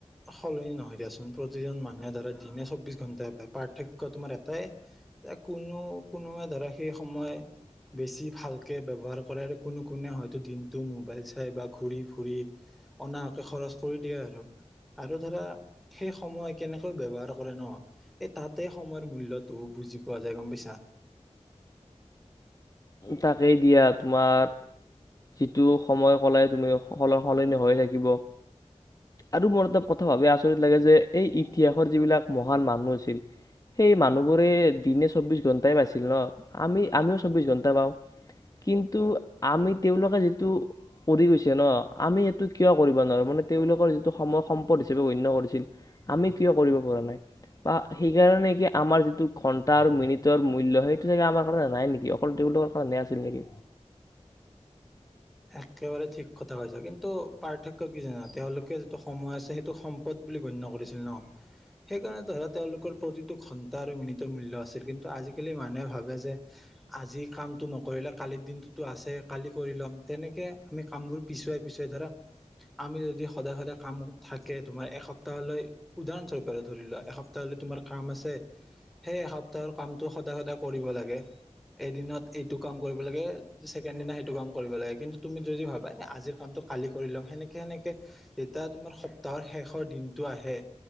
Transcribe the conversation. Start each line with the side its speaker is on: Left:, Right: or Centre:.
Centre: সলনি নহয় দিয়াচোন। প্ৰতিজন মানুহে ধৰা দিনে চৌবিশ ঘন্টাই পায়। পাৰ্থক্য তোমাৰ এটায়ে যে কোনো- কোনোৱে ধৰা সেই সময় বেছি ভালকে ব্যৱহাৰ কৰে আৰু কোনো- কোনে হয়তো দিনটো মোবাইল চায় বা ঘূৰি ফুৰি অনা খৰচ কৰি দিয়ে আৰু। আৰু ধৰা সেই সময় কেনেকৈ ব্যৱহাৰ কৰে ন', এই তাতে সময়ৰ মূল্যটো বুজি পোৱা যায়, গম পাইছা?
Left: তাকেই দিয়া তোমাৰ, যিটো সময় কলাই তুমি সকলো সলনি হৈ থাকিব। আৰু মোৰ এটা কথা ভাবি আচৰিত লাগে যে, এই ইতিহাসৰ যিবিলাক মহান মানুহ আছিল, সেই মানুহবোৰে দিনে চৌব্বিছ ঘণ্টাই পাইছিল ন'? আমি- আমিও চৌবিছ ঘণ্ টা পাওঁ। কিন্তু আমি- তেওঁলোকে যিটো কৰি গৈছে ন', আমি সেইটো কিয় কৰিব নোৱাৰোঁ? মানে তেওঁলোকৰ যিটো সময় সম্পদ হিচাপে গণ্য কৰিছিল, আমি কিয় কৰিব পৰা নাই? বা সেইকাৰণে কি আমাৰ যিটো ঘন্টা আৰু মিনিটৰ মূল্য, সেইটো চাগে আমাৰ কাৰণে নাই নেকি? অকল তেওঁলোকৰ কাৰণেহে আছিল নেকি?
Centre: একেবাৰে ঠিক কথা কৈছা। কিন্তু পাৰ্থক্য কি জানা? তেওঁলোকে যিটো সময় আছে, সেইটো সম্পদ বুলি গণ্য কৰিছিল ন'? সেইকাৰণে ধৰা তেওঁলোকৰ প্ৰতিটো ঘণ্টা আৰু মিনিটৰ মূল্য আছিল। কিন্তু আজিকালি মানুহে ভাবে যে, আজি কামটো নকৰিলে কালিৰ দিনটোতো আছে, কালি কৰি ল'ম তেনেকে আমি কামবোৰ পিছুৱাই - পিছুৱাই ধৰা, আমি যদি সদায় - সদায় কাম থাকে, তোমাৰ এসপ্তাহলৈ, উদাহৰণস্বৰূপে আৰু ধৰি লোৱা, এসপ্তাহলৈ তোমাৰ কাম আছে। সেই এসপ্তাহৰ কামটো সদায় - সদায় কৰিব লাগে। এদিনত এইটো কাম কৰিব লাগে। ছেকেণ্ড দিনত সেইটো কাম কৰিব লাগে কিন্তু তুমি যদি ভাবা, এ আজিৰ কামটো কালি কৰি লওঁ। সেনেকে - সেনেকে যেতিয়া তোমাৰ সপ্তাহৰ শেষৰ দিনটো আহে,